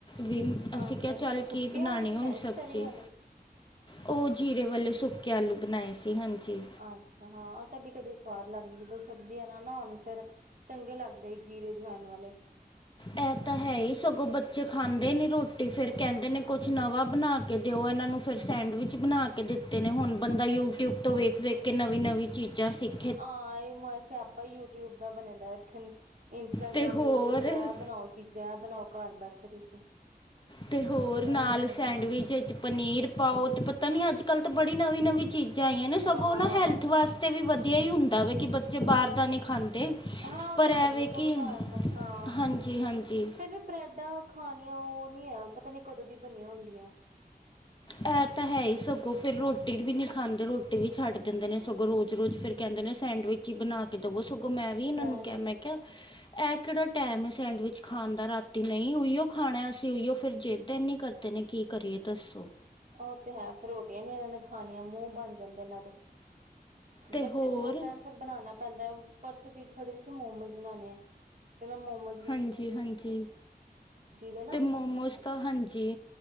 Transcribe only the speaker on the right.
ਅੱਛਾ
ਸੁੱਕੇ
ਆਲੂ ਬਣਾਏ
ਸੀ
ਤਰੀ ਵਾਲੇ?
ਅੱਛਾ ਹਾਂ ਕਦੇ-ਕਦੇ ਸਵਾਦ ਲੱਗਦੀ ਜਦੋਂ ਸਬਜ਼ੀਆਂ ਨਾ ਨਾ ਹੋਣ ਫਿਰ ਚੰਗੇ ਲੱਗਦੇ ਜੀਰੇ ਜਵਾਇਣ ਵਾਲੇ।
ਹੂੰ
ਹੂੰ
ਆਂ ਏ ਇਹ ਮੋਏ ਸੇਆਪਾਂ ਯੂ ਟਿਊਬ ਦਾ ਬਣੇ ਦਾ ਇੱਥੇ ਇੰਸਟਾਗ੍ਰਾਮ
ਯੂਟਿਊਬ ਤੋਂ ਇਹ ਬਣਾਓ ਚੀਜ਼ ਜੈ ਬਣਾਓ ਘਰ ਬੈਠੇ ਤੁਸੀਂ।
ਇਹੀਓ
ਹਾਂ
ਅਹ
ਹਾਂ ਉਹ
ਤੇ
ਵਧੀਆ ਚਲੋ
ਘਰ ਦਾ ਹਾਂ
ਫਿਰ ਵੀ ਬ੍ਰੈਡਾਂ ਖਾਣੀਆਂ ਉਹ ਨ੍ਹੀਂ ਹੈ ਪਤਾ ਨੀ ਕਦੋਂ ਦੀ ਬਣੀਆਂ ਹੁੰਦੀਆਂ।
ਹੂੰ
ਸੈਂਡਵਿਚ
ਉਹ ਤੇ ਹੈ ਫੇਰ ਰੋਟੀਆਂ ਨੀ ਇਹਨਾਂ ਨੇ ਖਾਣੀਆਂ ਮੂੰਹ ਬਣ ਜਾਂਦੇ ਇਹਨਾਂ ਦੇ।
ਬੱਚੇ
ਜੋ ਕੈਣ ਫੇਰ ਬਣਾਣਾ ਪੈਂਦਾ, ਪਰਸੋਂ ਜਿੱਦ ਫੜੀ ਦੀ ਸੀ ਮੋਮੋਜ਼ ਬਣਾਣੇ ਐ ਫਿਰ ਮੈਂ ਮੋਮੋਜ਼
ਦੇ ਨਾ